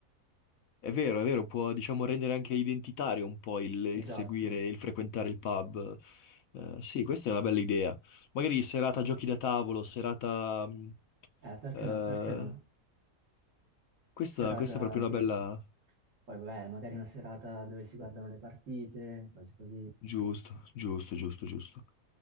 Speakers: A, on the left (about 75°); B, on the right (about 60°).
A: È vero, è vero, può diciamo rendere anche identitario un po' il, il
B: Esatto.
A: seguire, il frequentare il pub. Eh, sì, questa è una bella idea. Magari serata giochi da tavolo, serata... mh,
B: Eh, perché
A: eh,
B: no? Perché no?
A: Questa,
B: Serata,
A: questa è proprio una
B: sì.
A: bella...
B: Poi, vabbè, magari una serata dove si guardano le partite, cose così.
A: Giusto, giusto, giusto, giusto.